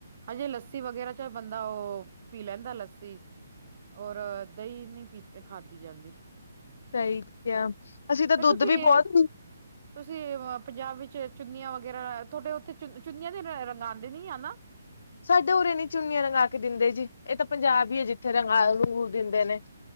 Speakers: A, on the right; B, on the left.
A: ਹਜੇ ਲੱਸੀ ਵਗੈਰਾ 'ਚ ਬੰਦਾ ਉਹ, ਪੀ ਲੈਂਦਾ ਲੱਸੀ, ਔਰ ਦਹੀਂ ਨਹੀਂ ਪੀਤ ਖਾਤੀ ਜਾਂਦੀ।
B: ਸਈ ਕਿਹਾ। ਅਸੀਂ ਤਾਂ
A: ਫੇਰ ਤੁਸੀਂ
B: ਦੁੱਧ ਵੀ
A: ਏ?
B: ਬਹੁਤ
A: ਤੁਸੀਂ ਪੰਜਾਬ ਵਿੱਚ ਚੁੰਨੀਆਂ ਵਗੈਰਾ ਤੁਹਾਡੇ ਉੱਥੇ ਚੁੰਨੀ ਚੁੰਨੀਆਂ ਦੇ ਰੰਗ ਰੰਗਾਂਦੇ ਨੀ ਆ ਨਾ
B: ਸਾਡੇ ਉਰੇ ਨੀ ਚੁੰਨੀਆਂ ਰੰਗਾ ਕੇ ਦਿੰਦੇ ਜੀ ਏ ਤਾਂ ਪੰਜਾਬ ਈ ਐ ਜੀ ਜਿੱਥੇ ਰੰਗਾਂ ਰੰਗੂ ਦਿੰਦੇ ਨੇ,